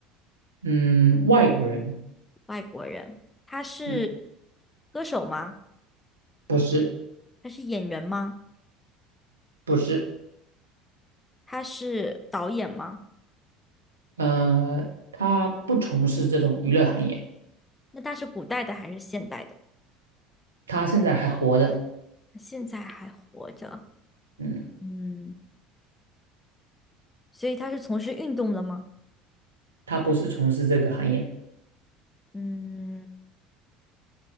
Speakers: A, on the right; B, on the left.
A: 嗯，外国人，
B: 外国人，他是
A: 嗯，
B: 歌手吗？
A: 不是
B: 他是演员吗？
A: 不是，
B: 他是导演吗？
A: 呃，他不从事这种娱乐行业，
B: 那他是古代的还是现代的？
A: 他现在还活着。
B: 现在还活着，
A: 嗯。
B: 嗯，所以他是从事运动的吗？
A: 他不是从事这个行业。
B: 嗯，